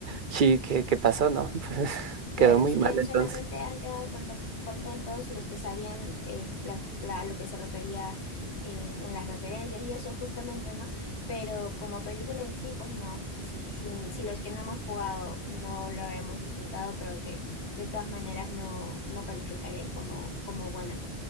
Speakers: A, on the right; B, on the left.
A: sí, ¿qué, qué pasó, no? <laughs> Pues
B: Claro,
A: quedó muy
B: s-
A: mal
B: eh,
A: entonces.
B: solamente han quedado contac- contentos los que sabían eh, las- la- lo que se refería eh, en las referencias y eso justamente, ¿no? Pero como película en sí, pues no. Si, si, si los que no hemos jugado no lo hemos disfrutado, creo que de todas maneras no, no calificaría como, como buena.